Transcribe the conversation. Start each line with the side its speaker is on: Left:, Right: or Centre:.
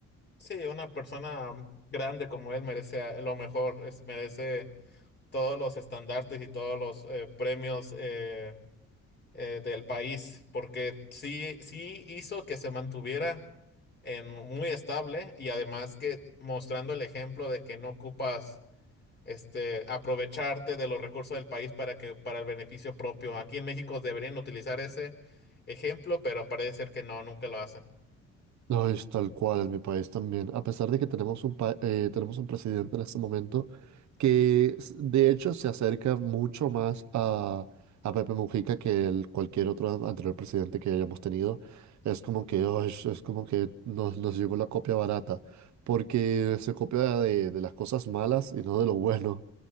Left: Sí, una persona grande como él merece a- lo mejor, es- merece. todos los estandartes y todos los eh, premios eh, eh, del país, porque sí, sí hizo que se mantuviera en muy estable y además que mostrando el ejemplo de que no ocupas este aprovecharte de los recursos del país para que para el beneficio propio. Aquí en México deberían utilizar ese ejemplo, pero parece ser que no, nunca lo hacen.
Right: No, es tal cual en mi país también. A pesar de que tenemos un, pa- eh, tenemos un presidente en este momento que s- de hecho se acerca mucho más a, a Pepe Mujica que el, cualquier otro anterior presidente que hayamos tenido. Es como que, "Ay, sh- es como que nos, nos llegó la copia barata, porque se copia de, de las cosas malas y no de lo bueno.